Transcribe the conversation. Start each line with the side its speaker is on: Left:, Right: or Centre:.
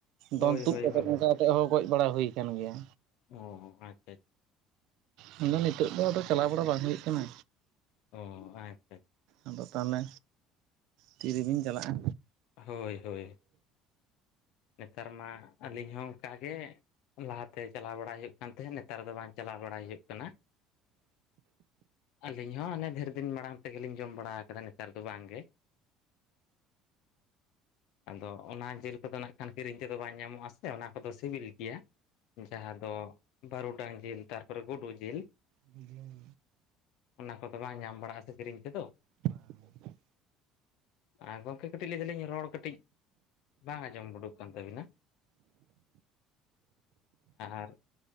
Left: ᱦᱳᱭ
Right: ᱫᱚᱱ ᱛᱩᱫ
Left: ᱦᱳᱭ
Right: ᱠᱟᱛᱮᱫ
Left: ᱦᱳᱭ
Right: ᱱᱚᱱᱠᱟ ᱠᱟᱛᱮᱫ ᱦᱚᱸ ᱜᱚᱡ ᱵᱟᱲᱟ ᱦᱩᱭ ᱠᱟᱱ ᱜᱮᱭᱟ᱾
Left: ᱚ ᱟᱪᱪᱷᱟ ᱟᱪᱪᱷᱟ᱾
Right: ᱢᱮᱱᱫᱚ ᱱᱤᱛᱚᱜ ᱫᱚ ᱟᱫᱚ ᱪᱟᱞᱟᱣ ᱵᱟᱲᱟ ᱵᱟᱝ ᱦᱩᱭᱩᱜ ᱠᱟᱱᱟ᱾
Left: ᱚ ᱟᱪᱪᱷᱟ ᱟᱪᱪᱷᱟ᱾
Right: ᱟᱫᱚ ᱛᱟᱦᱚᱞᱮ ᱛᱤᱨᱮᱵᱤᱱ ᱪᱟᱞᱟᱜᱼᱟ?
Left: ᱦᱳᱭ ᱦᱳᱭ᱾ ᱱᱮᱛᱟᱨ ᱢᱟ᱾ ᱟᱹᱞᱤᱧ ᱦᱚᱸ ᱚᱱᱠᱟᱜ ᱜᱮ ᱞᱟᱦᱟᱛᱮ ᱪᱟᱞᱟᱣ ᱵᱟᱲᱟ ᱦᱩᱭᱩᱜ ᱠᱟᱱ ᱛᱟᱦᱮᱸᱫ ᱱᱮᱛᱟᱨ ᱫᱚ ᱵᱟᱝ ᱪᱟᱞᱟᱣ ᱵᱟᱲᱟ ᱦᱩᱭᱩᱜ ᱠᱟᱱᱟ᱾ ᱟᱹᱞᱤᱧ ᱦᱚᱸ ᱦᱟᱱᱮ ᱰᱷᱮᱨ ᱫᱤᱱ ᱢᱟᱲᱟᱝ ᱛᱮᱜᱮ ᱞᱤᱧ ᱡᱚᱢ ᱵᱟᱲᱟ ᱟᱠᱟᱫᱟ ᱱᱮᱛᱟᱨ ᱫᱚ ᱵᱟᱝᱜᱮ᱾ ᱟᱫᱚ ᱚᱱᱟ ᱡᱤᱞ ᱠᱚᱫᱚ ᱱᱟᱜ ᱠᱷᱟᱱ ᱠᱤᱨᱤᱧ ᱛᱮᱫᱚ ᱵᱟᱝ ᱧᱟᱢᱚᱜᱼᱟ᱾ ᱥᱮ ᱚᱱᱟ ᱠᱚᱫᱚ ᱥᱤᱵᱤᱞ ᱜᱮᱭᱟ᱾ ᱡᱟᱦᱟᱸ ᱫᱚ ᱵᱟᱹᱨᱩᱰᱟᱝ ᱡᱤᱞ, ᱛᱟᱨ ᱯᱚᱨᱮ ᱜᱩᱰᱩ ᱡᱤᱞ᱾
Right: ᱵᱩᱡᱷᱟᱹᱣ᱾
Left: ᱚᱱᱟ ᱠᱚᱫᱚ ᱵᱟᱝ ᱧᱟᱢ ᱵᱟᱲᱟᱜ-ᱟ ᱥᱮ ᱠᱤᱨᱤᱧ ᱛᱮᱫᱚ᱾
Right: ᱵᱟᱝ᱾
Left: ᱟᱨ ᱜᱚᱝᱠᱮ ᱠᱟᱹᱴᱤᱡ ᱞᱟᱹᱭ ᱫᱟᱞᱤᱧ ᱨᱚᱲ ᱠᱟᱹᱴᱤᱡ ᱵᱟᱝ ᱟᱸᱡᱚᱢ ᱩᱰᱩ ᱠᱟᱱ ᱛᱟᱹᱵᱤᱱᱟ᱾ ᱟᱨ